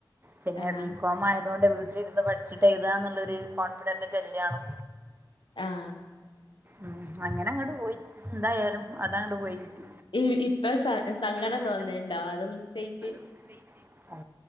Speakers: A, on the right; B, on the left.
A: പിന്നെ
B: ആഹ്
A: ബികോ മായ തോണ്ടെ വീട്ടിലിരുന്ന് പഠിച്ചിട്ട് എഴുതാന്ന് ള്ളൊരു കോൺഫിഡന്റ് ന്റെല്യാ ണും
B: ആഹ്
A: ആഹ് അങ്ങനെ അങ്ങട്ട് പോയി എന്തായാലും അത അങ്ങട്ട് പോയി കിട്ടി
B: ഈ ഇപ്പൊ സ സങ്കടം
A: സ
B: തോന്ന് ണ്ടോ അത് മിസ്സായിട്ട്
A: ബുക്ക് ചെയ്തിട്ട്? ഓ